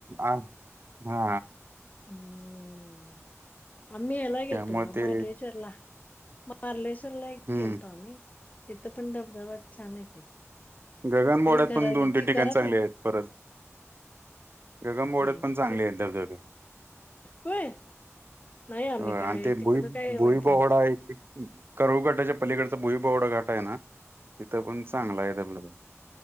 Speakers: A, on the right; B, on the left.
A: आ हा
B: हम्म आम्ही यायला गेलतो
A: त्यामुळे
B: बघा महाबळेश्वरला
A: ते
B: बारलेश्वर ला एक
A: हम्म
B: गेलतो आम्ही तिथं पण धबधबा छान आहे
A: गगन बोर्डात
B: आम्ही घरा
A: पण दोन
B: घरची
A: तीन ठिकाणी
B: घरातलीच
A: चांगले आहेत परत गगम बोडत
B: नाही नाही
A: पण चांगले आहेत धबधबे
B: होय नाही आम्ही
A: आणि
B: काय
A: ते
B: तिकडं
A: भुई
B: काय
A: भोईबवडा
B: बघितलं नाही
A: एक करुळ घाटाच्या पलीकडचा भुई बवडा घाट आहे ना तिथं पण चांगला आहे त्या ब